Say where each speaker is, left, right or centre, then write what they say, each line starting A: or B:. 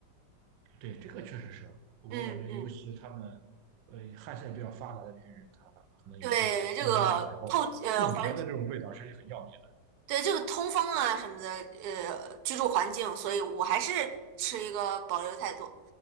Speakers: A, on the right (about 85°); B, on the right (about 65°).
A: 对，这个确实是，我感觉尤其他们，
B: 嗯嗯，
A: 呃，汗腺比较发达的这些人，他可能也会喷香水，
B: 对，这个透呃环
A: 然后混合的这种味道是很要命的。
B: 对这个通风啊什么的，呃，居住环境，所以我还是持一个保留态度。